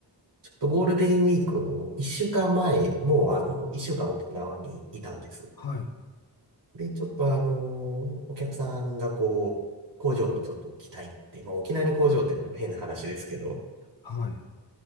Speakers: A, on the right; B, on the left.
A: ちょっとゴールデンウィークの1週間前、もうあの、1週間沖縄にいたんです。
B: はい。
A: で、ちょっとあの、お客さんがこう、工場にちょっと来たいって、まあ沖縄に工場っていうのも変な話ですけど、
B: はい。